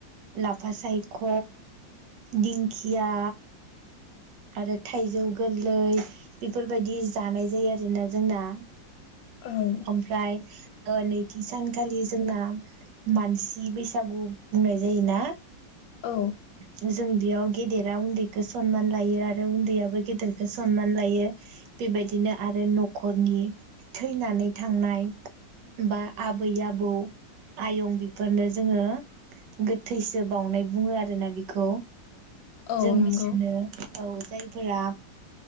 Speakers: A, on the right; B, on the left.
A: लाफा सायख' दिंखिया आरो थाइजौ गोरलै बेफोरबायदि जानाय जायो आरोना जोंना
B: औ
A: ओमफ्राय ओ नैथि सान खालि जोंना मानसि बैसागु बुंनाय जायोना
B: औ
A: जो जों बेयाव गेदेरा उन्दैखौ सनमान लायो आरो उन्दैयाबो गेदेरखौ सनमान लायो बेबायदिनो आरो न'खरनि थैनानै थांनाय बा आद आबै आबौ आयं बेफोरनो जोङो गोथैसो बावउनाय बुङो आरोना बेखौ
B: औ
A: जों
B: नंगौ
A: बिसोरनो औ जायफोरा